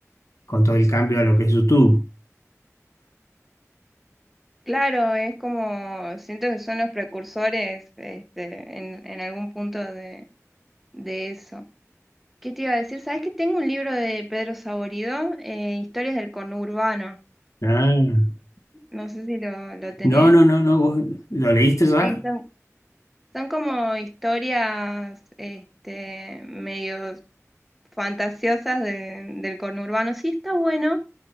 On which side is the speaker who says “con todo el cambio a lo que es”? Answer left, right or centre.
Left